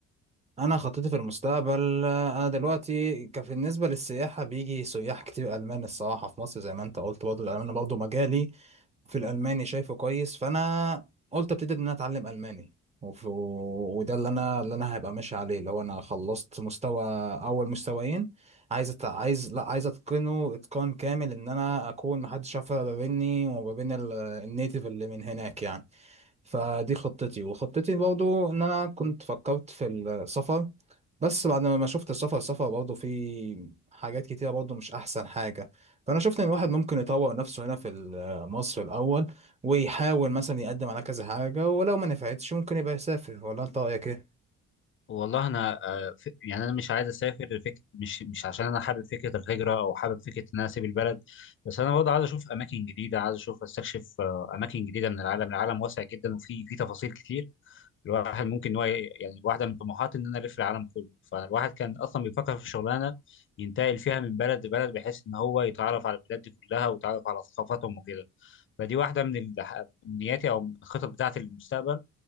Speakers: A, on the right; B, on the left.
A: انا خطتي في المستقبل آه، انا دلوقتي كان بالنسبة للسياحة بيجي سياح كتير المان الصراحة في مصر زي ما انت قلت برضه الالمان برضه مجالي في الالماني شايفه كويس فانا قلت ابتدي ان انا اتعلم الماني وف... وده اللي انا اللي انا هبقى ماشي عليه لو انا خلصت مستوى اول مستويين عايز أت... عايز لا عايز اتقنه اتقان كامل ان انا اكون محدش يعرف ما بيني وما بين ال... النيتيف اللي من هناك يعني فدي خطتي وخطتي برضو ان انا كنت فكرت في السفر بس بعد ما شفت السفر السفر برضو في حاجات كتيرة برضو مش احسن حاجة فانا شفت ان الواحد ممكن يطور نفسه هنا في ال- مصر الاول ويحاول مثلا يقدم على كذا حاجة ولو ما نفعتش ممكن يبقى يسافر ولا انت رايك ايه
B: والله انا آه، ف- يعني انا مش عايز اسافر الفك... مش مش عشان انا حابب فكره الهجره او حابب فكره ان انا اسيب البلد بس انا برضه عايز اشوف اماكن جديده عايز اشوف استكشف آه، اماكن جديده من العالم العالم واسع جدا وفي في تفاصيل كتير الواحد ممكن إن هو ي- يعني واحده من طموحاتي ان انا الف العالم كله فالواحد كان اصلا بيفكر في شغلانه ينتقل فيها من بلد لبلد بحيث ان هو يتعرف على البلاد دي كلها ويتعرف على ثقافاتهم وكده فدي واحده من ال- من نياتي او من الخطط بتاعتي للمستقبل